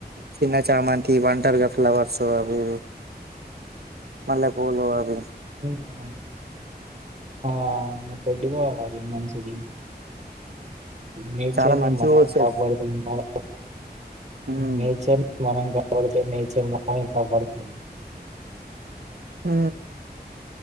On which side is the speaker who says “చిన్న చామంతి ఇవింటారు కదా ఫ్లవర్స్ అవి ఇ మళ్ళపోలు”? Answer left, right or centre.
Right